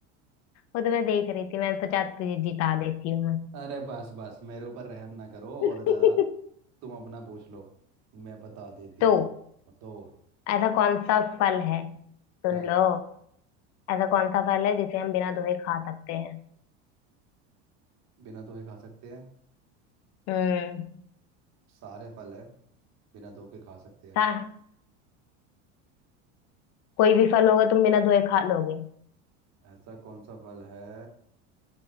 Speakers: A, on the left; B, on the right.
A: वो तो मैं देख रही थी मैंने सोचा तुझे जिता देती हूँ मैं
B: अरे बस बस मेरे ऊपर रहम ना करो
A: <laughs>
B: और ज़रा तुम अपना पूछ लो मैं बता देती
A: तो
B: हूँ तो
A: ऐसा कौन सा फल है सुन
B: हाँ
A: लो ऐसा कौन सा फल है जिसे हम बिना धोए खा सकते हैं
B: बिना धोए खा सकते हैं
A: हम्म
B: सारे फल है बिना धो के खा सकते हैं
A: था कोई भी फल होगा तुम बिना धोए खा लोगे
B: ऐसा कौन सा फल है